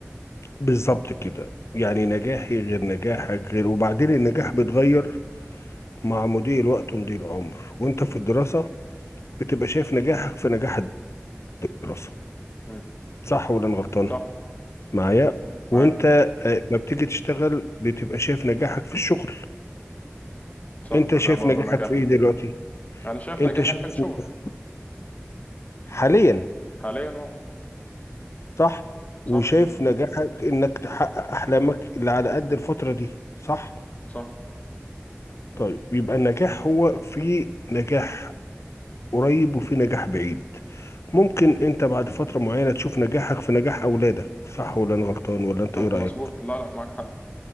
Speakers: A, on the left; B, on the left.
A: بالظبط كده يعني نجاحي غير نجاحك غير وبعدين النجاح بيتغير مع مضي الوقت ومضي العمر وانت في الدراسة بتبقى شايف نجاحك في نجاح الدراسة
B: مم.
A: صح ولا انا غلطان
B: صح
A: معايا
B: معاك
A: وانت آه، ما بتيجي تشتغل بتبقى شايف نجاحك في الشغل
B: صح
A: انت
B: فده
A: شايف
B: برضه
A: نجاحك
B: نجاح
A: في ايه دلوقتي
B: انا شايف
A: انت
B: نجاحي
A: شايف
B: في الشغل
A: نجاح- حاليا
B: حاليا اه
A: صح
B: صح
A: وشايف نجاحك انك تحقق احلامك اللي على قد الفترة دي صح
B: صح
A: طيب يبقى النجاح هو في نجاح قريب وفي نجاح بعيد ممكن انت بعد فترة معينة تشوف نجاحك في نجاح اولادك صح ولا انا غلطان ولا انت
B: صح
A: ايه رأيك
B: مظبوط لا لا معاك حق